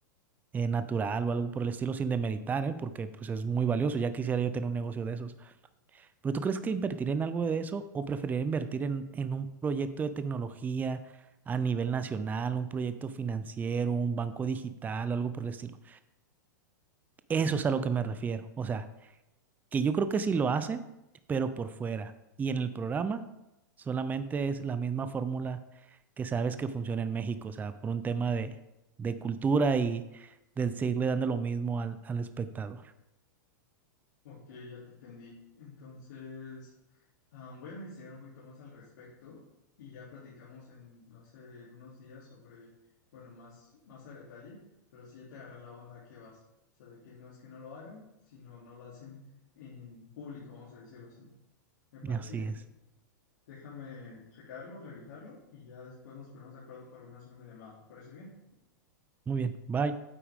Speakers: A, on the right; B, on the left.
A: eh, natural o algo por el estilo, sin demeritar, ¿eh? Porque pues es muy valioso, ya quisiera yo tener un negocio de esos. ¿Pero tú crees que invertir en algo de eso o preferiría invertir en, en un proyecto de tecnología a nivel nacional, un proyecto financiero, un banco digital, algo por el estilo? Eso es a lo que me refiero. O sea... que yo creo que sí lo hacen, pero por fuera. Y en el programa solamente es la misma fórmula que sabes que funciona en México, o sea, por un tema de, de cultura y de seguirle dando lo mismo al, al espectador.
B: ok, ya te entendí. Entonces, ah, voy a investigar un poquito más al respecto y ya platicamos en, no sé, en unos días sobre, bueno, más, más a detalle, pero sí ya te agarré la onda a qué vas. O sea, de que no es que no lo hagan, sino no lo hacen en público, vamos a decirlo así. Me parece
A: Así
B: bien.
A: es.
B: Déjame checarlo, revisarlo y ya después nos ponemos de acuerdo para una segunda llamada. ¿Te parece bien?
A: Muy bien, bye.